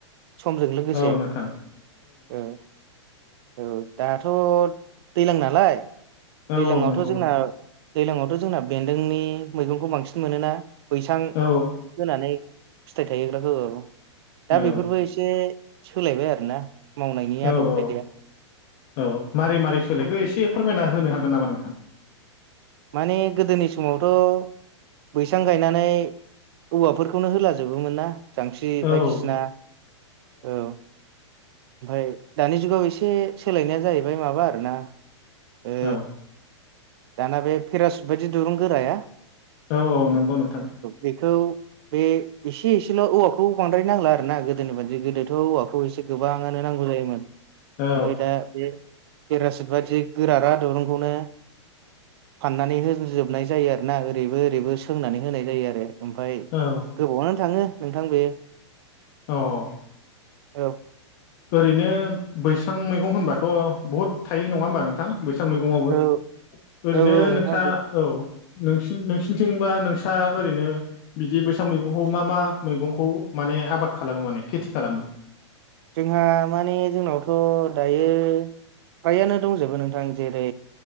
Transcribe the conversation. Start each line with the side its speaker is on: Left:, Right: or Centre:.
Right: समजों लोगोसे
Left: औ नोंथां
Right: औ औ दाथ' दैलां नालाय
Left: औ
Right: दैलां
Left: औ
Right: आवथ'
Left: नंगौ
Right: जोंना
Left: नोंथां
Right: दैलांआवथ' जोंना बेन्दोंनि मैगंखौ बांसिन मोनोना बैसां
Left: औ
Right: होनानै। फिथाइ थायहोग्राखौ औ दा
Left: औ
Right: बेफोरबो एसे सोलायबाय आरोना। मावनायनि
Left: औ
Right: आदब
Left: औ
Right: खायदाया
Left: औ मारै मारै सोलायखो एसे फोरमायना होनो हागोन नामा नोंथां?
Right: माने गोदोनि समावथ' बैसां गायनानै औवाफोरखौनो होलाजोबोमोन ना। जांख्रि बायदिसिना
Left: औ
Right: औ। ओमफाय दानि जुगाव एसे सोलायनाया जाहैबाय माबा आरोना ओ
Left: औ।
Right: दाना बे पेरासुट बायदि दिरुं गोराया
Left: औ औ नंगौ नोंथां।
Right: बेखौ बे एसे एसेल' औवाखौ बांद्राय नांला आरो ना गोदोनि बादि गोदोथ' औवाखौ एसे गोबांङानो नांगौ जायोमोन।
Left: औ
Right: ओमफाय दा बे पेरासिट बायदि गोरारा दुरुंखौनो फाननानै होजोबनाय जायो आरोना ओरैबो ओरैबो सोंनानै होनाय जायो आरो। ओमफाय
Left: औ
Right: गोबावानो थाङो नोंथां बेयो।
Left: अ'
Right: औ।
Left: ओरैनो बैसां मैगं होनबाथ' बहुद थायो नङा होनबा नोंथां। बैसां मैगंआवबो
Right: औ
Left: ओरैनो
Right: औ औ नोंथां
Left: नोंसा औ। नोंसिनि नोंसिनिथिंबा नोंसा ओरैनो बिदि बैसां मैगंखौ मा मा मैगंखौ मा ने आबाद खालामो माने खेथि खालामो
Right: जोंहा माने जोंनावथ' दायो फ्रायानो दंजोबो नोंथां जेरै